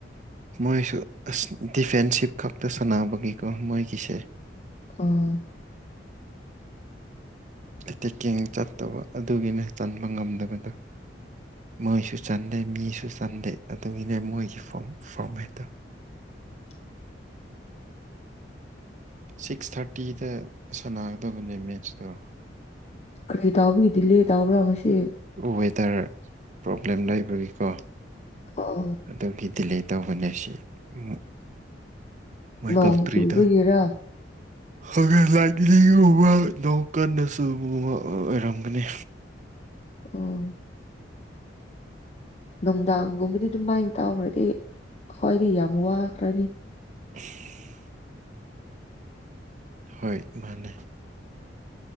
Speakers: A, on the right; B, on the left.
A: ꯃꯣꯏꯁꯨ ꯑꯁ ꯗꯤꯐꯦꯟꯁꯤꯞ ꯈꯛꯇ ꯁꯥꯟꯅꯕꯒꯤꯀꯣ ꯃꯣꯏꯒꯤꯁꯦ
B: ꯑꯣ
A: ꯇꯦꯛꯀꯤꯡ ꯆꯠꯇꯕ ꯑꯗꯨꯒꯤꯅ ꯆꯟꯕ ꯉꯝꯗꯕꯗꯣ ꯃꯣꯏꯁꯨ ꯆꯟꯗꯦ ꯃꯤꯁꯨ ꯆꯟꯗꯦ ꯑꯗꯨꯒꯤꯅꯦ ꯃꯣꯏꯒꯤ ꯐꯣꯔꯝ ꯐꯣꯔꯃꯦꯠꯇꯣ
B: <inaudible>
A: ꯁꯤꯛꯁ ꯊꯥꯔꯇꯤꯗ ꯁꯥꯟꯅꯒꯗꯕꯅꯦ ꯃꯦꯠꯁꯇꯣ
B: ꯀꯔꯤ ꯇꯥꯎꯕꯒꯤ ꯗꯤꯂꯦ ꯇꯥꯎꯕ꯭ꯔꯥ ꯉꯁꯤ
A: ꯋꯦꯗꯔ ꯄ꯭ꯔꯣꯕ꯭ꯂꯦꯝ ꯂꯩꯕꯒꯤꯀꯣ
B: ꯑꯥ
A: ꯑꯗꯨꯒꯤ ꯗꯤꯂꯦ ꯇꯧꯕꯅꯦ ꯁꯤ ꯑꯃꯨꯛ ꯃꯣꯏ
B: ꯅꯣꯡ
A: ꯀꯛꯇ꯭ꯔꯤꯗꯥ
B: ꯆꯨꯕꯒꯤꯔ <inaudible>
A: ꯍꯣꯔꯦꯟ ꯂꯥꯏ ꯗꯤꯜꯂꯤ ꯌꯧꯕ ꯌꯧ ꯀꯥꯟꯗꯁꯨ ꯑꯃ ꯑꯣꯏꯔꯝꯒꯅꯤ
B: ꯎꯝ ꯅꯨꯡꯗꯥꯡꯒꯨꯝꯕꯗꯤ ꯑꯗꯨꯃꯥꯏꯟ ꯇꯥꯎꯈ꯭ꯔꯗꯤ ꯑꯩꯈꯣꯏꯗꯤ ꯌꯥꯝ ꯋꯥꯈ꯭ꯔꯅꯤ
A: <inaudible> ꯍꯣꯏ ꯃꯥꯟꯅꯦ